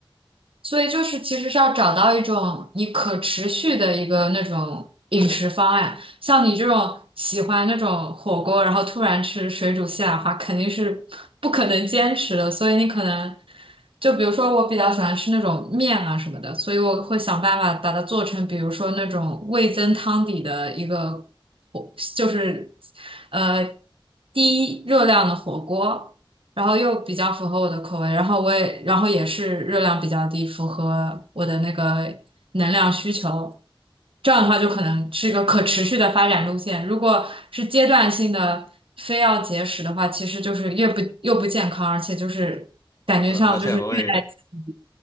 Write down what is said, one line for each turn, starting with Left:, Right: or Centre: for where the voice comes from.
Right: 所以就是其实是要找到一种你可持续的一个那种饮食方案，像你这种喜欢那种火锅，然后突然吃水煮西兰花，肯定是 <laughs> 不可能坚持的，所以你可能。就比如说，我比较喜欢吃那种面啊什么的，所以我会想办法把它做成，比如说那种味增汤底的一个火，就是呃低热量的火锅。然后又比较符合我的口味，然后我也，然后也是热量比较低，符合我的那个能量需求。这样的话，就可能是一个可持续的发展路线。如果是阶段性的，非要节食的话，其实就是越不又不健康，而且就是感觉上就是虐待自己。
Left: 是，而且还会